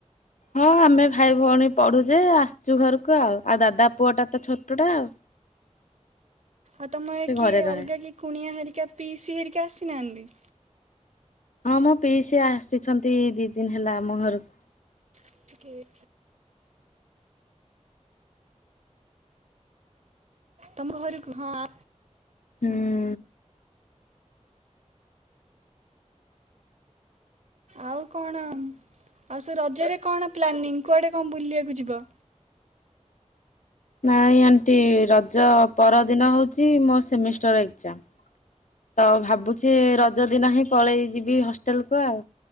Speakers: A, on the left; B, on the right.
A: ହଁ ଆମେ ଭାଇ ଭଉଣୀ ପଢୁଯେ ଆ ଚୁ ଘରକୁ ଆଉ ଆଉ ଦାଦା ପୁଅଟା ତ ଛୋଟଟା ଆଉ।
B: ଆଉ ତମ
A: ସେ
B: କିଏ
A: ଘରେ ରହେ
B: ଅଲଗା କିଏ କୁଣିଆ ହେରିକା ପିଇସି ହେରିକା ଆସିନାହାନ୍ତି?
A: ହଁ ମୋ ପିଇସି ଆସିଛନ୍ତି ଦି ଦିନ ହେଲା ଆମ ଘରକୁ।
B: <unintelligible> ତମକୁ ଘରୁ ହଁଅଁ
A: ହୁଁଉଁ
B: ଆଉ କଣ ଆଉ ସେ ରଜରେ କଣ ପ୍ଲାନିଂ କୁଆଡ଼େ କଣ ବୁଲିବାକୁ ଯିବ?
A: ନାଇଁ ଆଣ୍ଟି ରଜ ପର ଦିନ ହଉଛି ମୋ ସେମିଷ୍ଟାର ଏକ୍ଜାମ୍। ତ ଭାବୁଛି ରଜ ଦିନହିିଁ ପଳେଇ ଯିବି ହଷ୍ଟେଲକୁ ଆଉ